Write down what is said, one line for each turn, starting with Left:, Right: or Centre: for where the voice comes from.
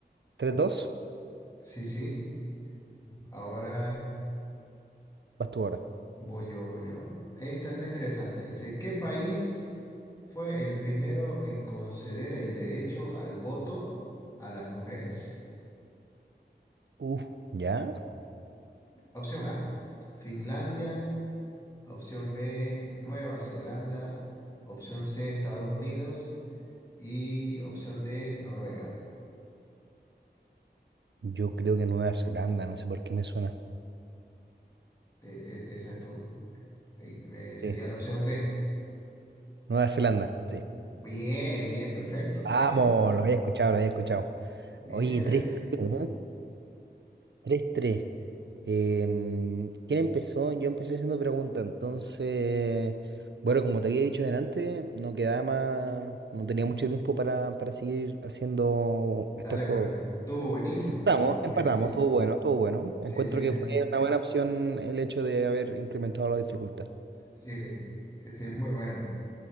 Right: 3-2,
Left: sí, sí, ahora
Right: vas tú ahora.
Left: voy yo, voy yo. Esta está interesante. Dice, ¿qué país fue el primero en conceder el derecho al voto a las mujeres?
Right: Uh, ¿ya?
Left: Opción A, Finlandia. Opción B, Nueva Zelanda. Opción C, Estados Unidos. y opción D, Noruega.
Right: Yo creo que Nueva Zelanda, no sé por qué me suena.
Left: Te- e- esa es tu, de- eh, sería
Right: Sí, sí.
Left: la opción B.
Right: Nueva Zelanda, sí.
Left: Bien, bien, perfecto, perfecta.
Right: Vamos, lo había escuchado, lo había escuchado.
Left: Bien,
Right: Oye, tres,
Left: bien, bien.
Right: ¿eh? tres, tres. 3 Em, ¿quién empezó? Yo empecé haciendo preguntas, entonces, bueno, como te había dicho delante, no quedaba más, no tenía mucho tiempo para, para seguir haciendo
Left: Dale,
Right: este juego.
Left: pero estuvo buenísimo,
Right: Empatamos,
Left: pero estuvo buenísimo,
Right: empatamos, estuvo
Left: sí.
Right: bueno, estuvo bueno.
Left: Sí,
Right: Encuentro
Left: sí, sí.
Right: que fue una buena opción el hecho de haber incrementado la dificultad.
Left: Sí, sí, sí, muy bueno.